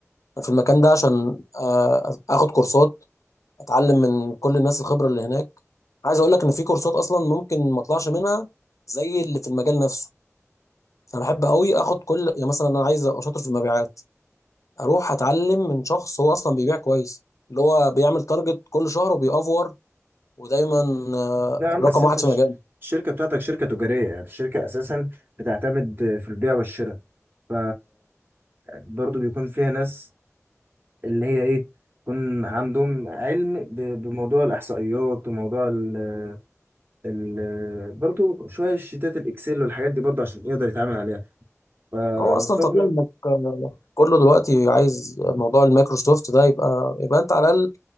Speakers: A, on the left; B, on the right.
A: انا في المكان ده عشان آه، اخد كورسات اتعلم من كل الناس الخبره اللي هناك عايز اقول لك ان في كورسات اصلا ممكن ما اطلعش منها زي اللي في المجال نفسه انا بحب قوي اخد كل يعني مثلا انا عايز ابقى شاطر في المبيعات اروح اتعلم من شخص هو اصلا بيبيع كويس اللي هو بيعمل تارجت كل شهر وبيأفور ودايما آه،
B: نعم
A: رقم
B: بس انت
A: واحد
B: ش-
A: في مجاله
B: الشركة بتاعتك شركة تجارية يعني الشركة اساسا بتعتمد في البيع والشراء ف برضه بيكون فيها ناس اللي هي ايه يكون عندهم علم ب- بموضوع الاحصائيات وموضوع ال ال برضه شوية شيتات الاكسل والحاجات دي برضه عشان يقدر يتعامل عليها فالخبرة
A: هو اصلا طبيعي انك آه، كله دلوقتي عايز موضوع المايكروسوفت ده يبقى يبقى انت على الاقل